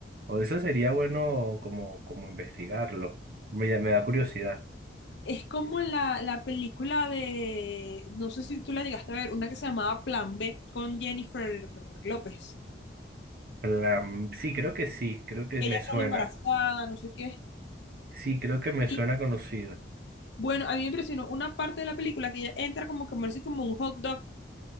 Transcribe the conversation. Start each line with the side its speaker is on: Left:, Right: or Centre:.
Right: eso sería bueno como, como investigarlo. Me, da- me da curiosidad.
Left: Es como la, la película de, no sé si tú la llegaste a ver, una que se llamaba Plan B con Jennifer López.
Right: Plan- sí, creo que sí, creo que
Left: Ella
Right: me suena.
Left: sale embarazada, no sé qué.
Right: Sí, creo que me suena
Left: Y
Right: conocido.
Left: bueno, a mí me impresionó una parte de la película que ella entra como a comerse como un hot dog,